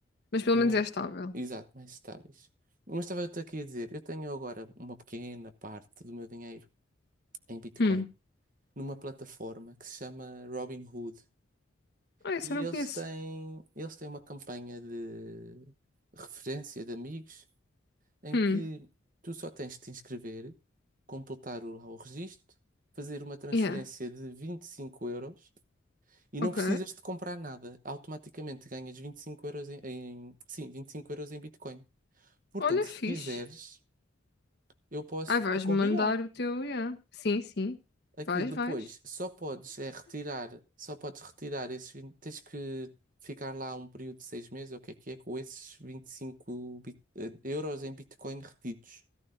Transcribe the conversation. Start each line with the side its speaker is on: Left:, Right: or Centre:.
Left: Mas pelo
Right: tenho-
Left: menos é estável.
Right: exato, mais estáveis. Mas estava-te aqui a dizer, eu tenho agora uma pequena parte do meu dinheiro em Bitcoin,
Left: Hum.
Right: numa plataforma que se chama Robinhood.
Left: Ah, isso
Right: E
Left: eu
Right: eles
Left: não conheço.
Right: têm, eles têm uma campanha de referência de amigos em
Left: Hum,
Right: que tu só tens de te inscrever, completar o, lá o registro, fazer uma transferência
Left: yeah,
Right: de 25 euros e
Left: ok.
Right: não precisas de comprar nada. Automaticamente ganhas 25 euros em, em- sim, 25 euros em Bitcoin. Portanto,
Left: Olha,
Right: se
Left: fixe.
Right: quiseres, eu posso
Left: Ai, vais-me
Right: te convidar.
Left: mandar o teu, yeah. Sim, sim.
Right: Aquilo
Left: Vais,
Right: depois
Left: vais.
Right: só podes é retirar, só podes retirar esses 20, tens que ficar lá um período de seis meses, ou o que é que é, com esses 25 bit- eh, euros em Bitcoin retidos.